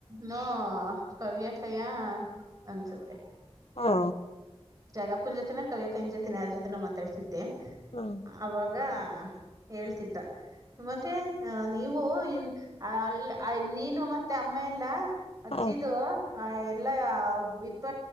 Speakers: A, on the right; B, on the left.
A: ನೂ ಕವ್ಯ ಕಯ ಅನ್ಸುತ್ತೆ
B: ಹಾ
A: ಜಗಾಪ್ಪುನ ಜೊತೆನ ಕವ ಕನ ಜೊತೆ ನ ಯಾರ ಜೊತೆನ ಮಾತಾಡ್ತಿದ್ದೆ
B: ಹಾ
A: ಅವಾಗ ಹೇಳ್ತಿದ್ದ ಮತ್ತೆ ನೀವು ಇ ಹ ನೀನು ಮತ್ತೆ ಅಮ್ಮ ಎಲ್ಲ ಅಜ್ಜಿದು
B: ಹ್ಮ
A: ಆ ಎಲ್ಲಾ ಇದ್ಬ